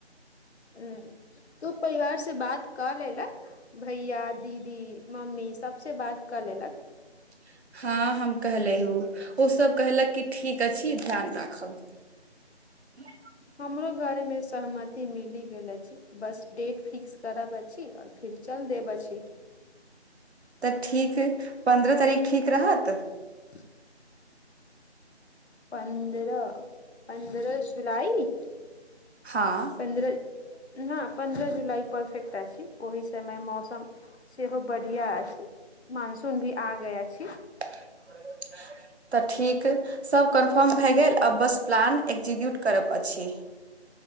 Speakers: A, on the left; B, on the right.
A: हूँ तू परिवार से बात कऽ लेलक भैया दीदी मम्मी सबसे बात कऽ लेलक
B: <inaudible> हँ हम कहलेहूँ ओ सब कहलक की ठीक अछि ध्यान राखब ह <unintelligible>
A: हमरो घर मे सहमति मिली गेल अछि बस डेट फिक्स करब अछी आओर फिर चल देब अछी
B: तऽ ठीक पन्द्रह तारीख ठीक रहत
A: <inaudible> पन्द्रह पन्द्रह जुलाई
B: हँ
A: पन्द्रह हँ पन्द्रह जुलाई परफेक्ट अछि ओहि समय मौसम सेहो बढ़िया अछि मानसून भी आ गया अछि
B: आ <unintelligible> तऽ ठीक सब कन्फर्म भए गेल आ बस प्लान एक्जीक्यूट करब अछि